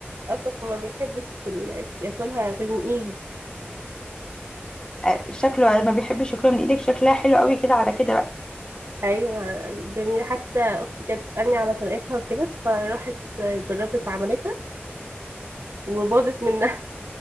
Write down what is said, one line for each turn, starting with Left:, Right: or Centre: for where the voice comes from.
Right: اصلا ما بيحبش ال- ياكلها غير من ايدي
Left: آه، شكله ما بيحبش ياكلها من ايدك شكلها حلو قوي كده على كده بقى
Right: ايوه جميله حتى اختي كانت بتسالني على طريقتها وكده فراحت جربت عملتها وباظت منها